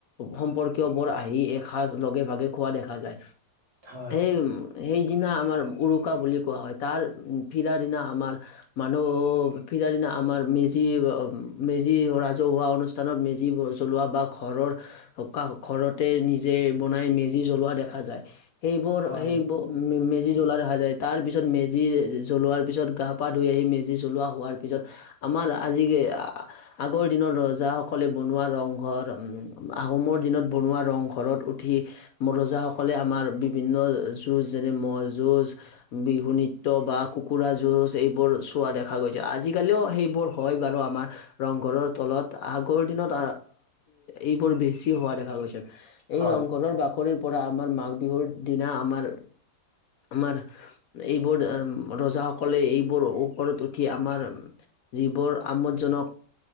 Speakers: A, on the left; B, on the right.
A: সম্পৰ্কীয় বৰ আহি এসাঁজ লগে ভাগে খোৱা দেখা যায়
B: হয়
A: সেই সেইদিনা আমাৰ উৰুকা বুলি কোৱা হয় তাৰ উ ফিৰাৰ দিনা আমাৰ মানুহ ফিৰাৰ দিনা আমাৰ মেজি মেজি ৰাজহুৱা অনুষ্ঠানত মেজি জ্বলোৱা বা ঘৰৰ ঘৰ ঘৰতে নিজে বনাই মেজি জ্বলোৱা দেখা যায়। সেইবোৰ
B: হয়
A: সেইবোৰ
B: হয়।
A: মেজি জ্বলা দেখা যায় তাৰ পিছত মেজিৰ। জ্বলোৱাৰ পিছত গা পা ধুই আহি মেজি জ্বলোৱা হোৱাৰ পিছত আমাৰ আজি আগৰ দিনৰ ৰজাসকলে বনোৱা ৰং ঘৰ আহোমৰ দিনত বনোৱা ৰং ঘৰত উঠি ৰজাসকলে আমাৰ বিভিন্ন জুজ যেনে ম যুজ বিহু নৃত্য বা কুকুৰা যুঁজ এইবোৰ চোৱা দেখা গৈছে আজিকালিও সেইবোৰ হয়। বাৰু আমাৰ ৰংঘৰৰ তলত আগৰ দিনত এইবোৰ বেছি হোৱা দেখা গৈছে। এই
B: হয়
A: ৰংঘৰৰ বাকৰিৰ পৰা আমাৰ মাঘ বিহুৰ দিনা আমাৰ আমাৰ এইবোৰ ৰজাসকলে, এইবোৰ ওপৰত উঠি আমাৰ যিবোৰ আমোদজনক